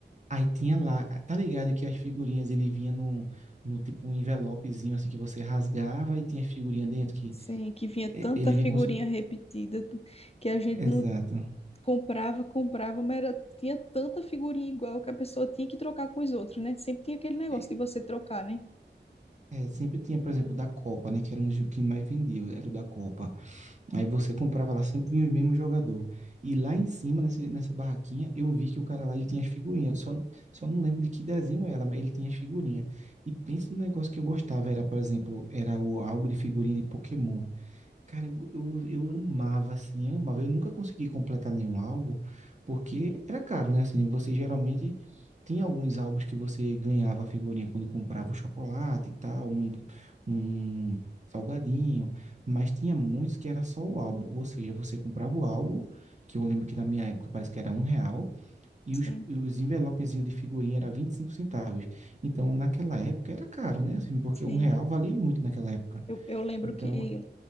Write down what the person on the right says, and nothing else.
Aí tinha lá, tá ligado que as figurinhas ele vinha no, no tipo um envelopezinho assim que você rasgava e tinha as figurinhas dentro que
eh, ele
vinha como se fosse...
Exato.
E,
eh, sempre tinha, por exemplo, o da Copa, né? Que era um dos que mais vendia, era o da Copa. Aí você comprava lá, sempre vinha os mesmos jogador. E lá em cima, nessa, nessa barraquinha, eu vi que o cara lá, ele tinha as figurinhas. Só, não- só não lembro de que desenho era, mas ele tinha as figurinhas. E pensa no negócio que eu gostava. Era, por exemplo, era o álbum de figurinha de Pokémon. Cara, eu, eu, eu amava, assim, eu amava. Eu nunca consegui completar nenhum álbum, porque era caro, né? Assim, você geralmente tinha alguns álbuns que você ganhava a figurinha quando comprava o chocolate e tal, um, um salgadinho, mas tinha muitos que era só o álbum, ou seja, você comprava o álbum, que eu lembro que na minha época parece que era um real, e
os, e os envelopezinhos de figurinha era 25 centavos. Então, naquela época era caro, né? Assim, porque
um real valia muito naquela época.
Então,